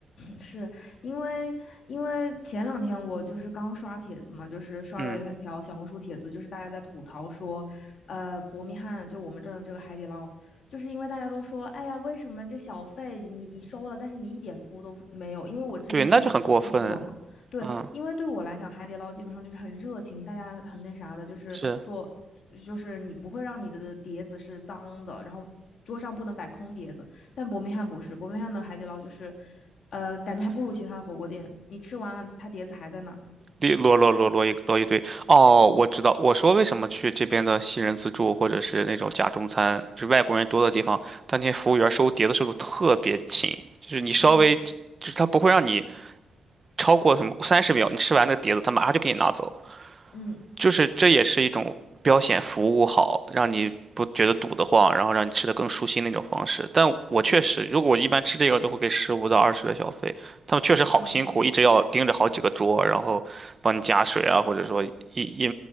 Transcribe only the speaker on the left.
是因为因为前两天我就是刚刷帖子嘛，就是刷到一条小红书帖子，
就是大家在吐槽说，呃，伯明翰就我们这儿的这个海底捞，就是因为大家都说，哎呀，为什么这小费你收了，但是你一点服务都没有？因为我之前确实也去去吃过嘛，
对，
因为对我来讲，海底捞基本上就是很热情，大家很那啥的，就是说，
就是你不会让你的碟子是脏的，然后桌上不能摆空碟子。但伯明翰不是，伯明翰的海底捞就是，呃，感觉还不如其他的火锅店。你吃完了，它碟子还在那儿。
嗯
嗯
嗯，
哦、